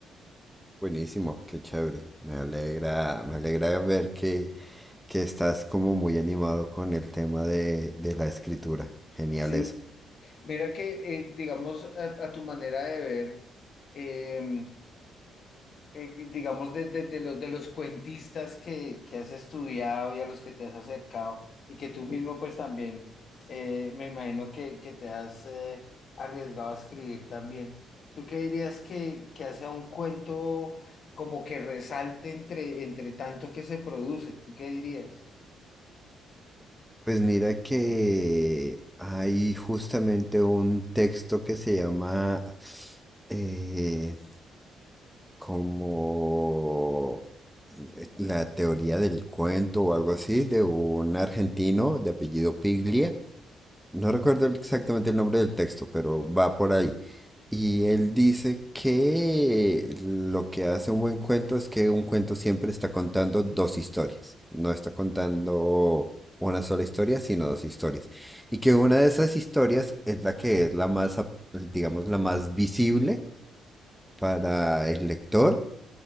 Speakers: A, in the centre; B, on the left (about 55°).
A: buenísimo, qué chévere. Me alegra, me alegra ver que, que estás como muy animado con el tema de, de la escritura. Genial
B: Sí.
A: eso.
B: Mira que, eh, digamos, a, a tu manera de ver, em, eh, digamos, de, de- de los, de los cuentistas que, que has estudiado y a los que te has acercado y que tú mismo pues también, eh, me imagino que, que te has eh, arriesgado a escribir también, ¿tú qué dirías que, que hace a un cuento como que resalte entre, entre tanto que se produce? ¿Tú qué dirías?
A: Pues mira que hay justamente un texto que se llama eh, como eh, la teoría del cuento o algo así de un argentino de apellido Piglia. No recuerdo exactamente el nombre del texto, pero va por ahí. Y él dice que lo que hace un buen cuento es que un cuento siempre está contando dos historias. No está contando una sola historia, sino dos historias. Y que una de esas historias es la que es la más, ap- digamos, la más visible para el lector